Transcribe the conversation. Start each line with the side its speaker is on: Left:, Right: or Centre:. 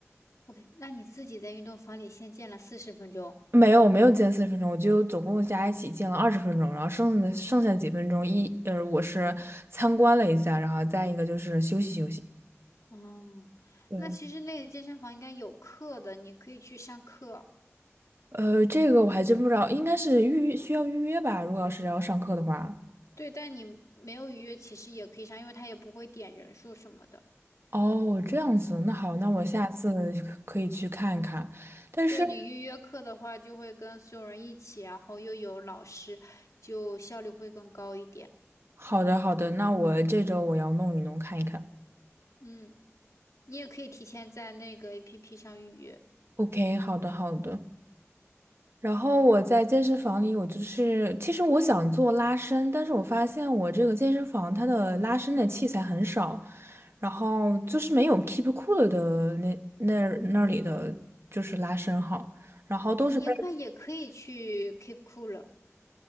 Left: 我的，那你自己在运动房里先健了四十分钟。
Right: 没有没有见四十分钟，我就总共加一起见了二十分钟，然后剩下的剩下几分钟一呃我是参观了一下，然后再一个就是休息休息。
Left: 嗯，
Right: 对，
Left: 那其实那个健身房应该有课的，你可以去上课。
Right: 呃，这个我还真不知道，应该是预约需要预约吧？如果要是要上课的话，
Left: 对，但你没有预约，其实也可以上，因为他也不会点人数什么的。
Right: 哦，这样子，那好，那我下次可以去看一看。但是，
Left: 对你预约课的话，就会跟所有人一起，然后又有老师，就效率会更高一点。
Right: 好的好的，那我这周我要弄一弄看一看。
Left: 嗯，你也可以提前在那个 APP 上预约，
Right: OK，好的好的。然后我在健身房里，我就是，其实我想做拉伸，但是我发现我这个健身房它的拉伸的器材很少，然后就是没有 Keep Cool 的那那那里的就是拉伸好，然后都是被
Left: 你应该也可以去 Keep Cool 了。